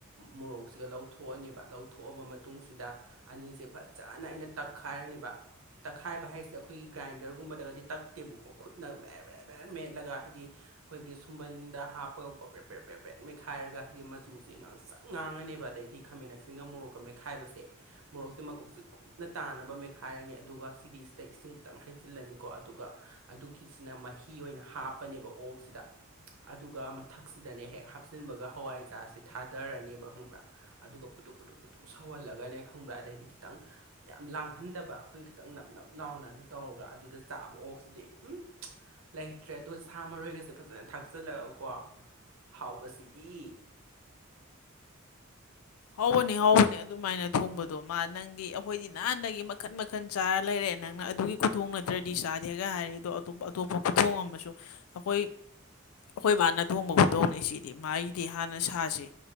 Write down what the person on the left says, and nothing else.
ꯍꯥꯎꯕꯅꯦ ꯍꯥꯎꯕꯅꯦ ꯑꯗꯨꯃꯥꯏꯅ ꯊꯣꯡꯕꯗꯣ ꯃꯥ ꯅꯪꯒꯤ ꯑꯩꯈꯣꯏꯗꯤ ꯅꯍꯥꯟꯗꯒꯤ ꯃꯈꯟ ꯃꯈꯜ ꯀꯟ ꯆꯥꯔ ꯂꯩꯔꯛꯑꯦ ꯅꯪꯅ ꯑꯗꯨꯒꯤ ꯈꯨꯊꯣꯡ ꯅꯠꯇ꯭ꯔꯗꯤ ꯆꯥꯗꯦꯒ ꯍꯥꯏꯔ ꯑꯗꯣꯇꯣꯞ ꯑꯇꯣꯞꯄ ꯈꯨꯊꯣꯡ ꯑꯃꯁꯨ ꯑꯈꯣꯏ ꯑꯩꯈꯣꯏ ꯕꯥꯅ ꯊꯣꯡꯕ ꯈꯨꯗꯣꯡꯅꯤ ꯁꯤꯗꯤ ꯃꯥꯒꯤꯗꯤ ꯍꯥꯟꯅ ꯁꯥꯁꯤ